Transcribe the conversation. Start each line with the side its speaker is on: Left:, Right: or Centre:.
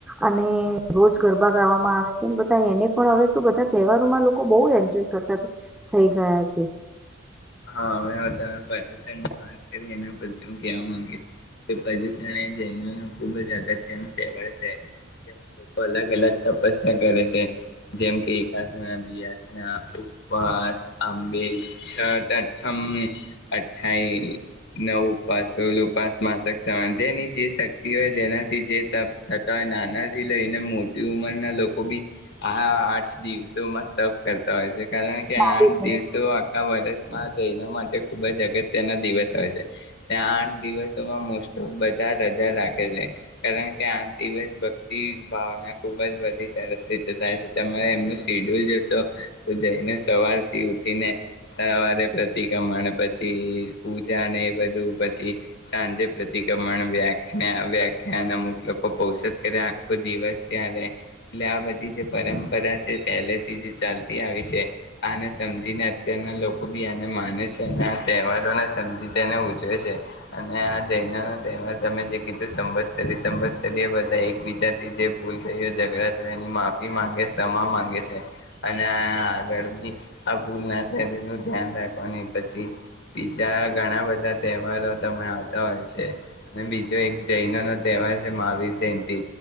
Centre: અને રોજ ગરબા ગાવામાં આવે છે બધા એને પણ હવે તો બધા તહેવારોમાં લોકો બોવ એન્જોય કરતા થઈ ગયા છે
Left: હા પ્રદૂષણની વાત કરી એના પછી હું કહેવા માંગીશ કે પ્રદૂષણ એ જૈનો ન ખુબ જ અગત્ય ન તહેવાર છે જેમાં લોકો અલગ અલગ તપસ્યા કરે છે જેમ કે એકાસના બીઆસના ઉપવાસ આંબેલ છઠ અઠમ અઠાઈ નવ ઉપાસ સોળ ઉપાસ માસક સણ જેની જે શક્તિ હોય જેનાથી જે તપ થતા હોય નાના થી લઈને મોટી ઉંમરના લોકો બી આ આઠ દિવસોમાં તપ કરતા હોય છે. કારણ કે આઠ
Centre: છે
Left: દિવસો આખ વરસ જ માટે ખુબ જ અગત્યના દિવસ હોય છે ત્યાં આઠ દિવસોમાં મોસ્ટ ઓફ બધા રજા રાખે છે કારણ કે આઠ દિવસ ભક્તિ ભાવના ખુબ જ બધી સરસ રીતે થાય છે તમે એમનું શીડ્યુલ જશો તો જઈન સવારથી ઉઠીને પ્રતિકમણ પછી પૂજા ને એ બધું પછી સાંજે પ્રતિક્રમણ વ્યાખ્યા વ્યાખ્યાન અમુક લોકો પોષત કરે આખો દિવસ ત્યારે એટલે આ બધી જે પરંપરા છે પહેલેથી જે ચાલતી આવી છે આને સમજીને અત્યારના લો કો બી આને માને છે અને આ તહેવારોને સમજી તેને ઉજવે છે અને આ જઈનાનો તહેવાર તમે જે કીધું સંભસરી સંભતસરી એ બધા એકબીજાથી જે ભૂલ થઈ હો ઝઘડા થયો એની માફી માંગે સમા માંગે છે અને આ આગળ બી આ ભૂલ ના થાય તેનું ધ્યાન રાખવાની પછી બીજા ઘણા બધા તહેવારો તમે આવતા હોય છે અને બીજો એક જૈનો નો તહેવાર છે મહાવીર જયંતિ